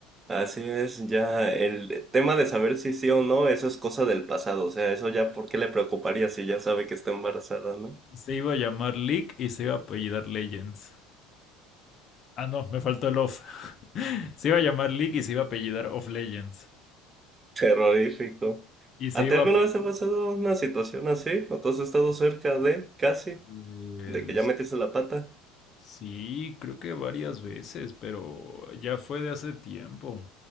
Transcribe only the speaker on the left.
Se iba a llamar Leak y se iba a apellidar Legends. Ah, no, me faltó el off. <laughs> Se iba a llamar Leak y se iba a apellidar Off Legends.
Y se
iba
a,
Pues
sí, creo que varias veces, pero ya fue de hace tiempo.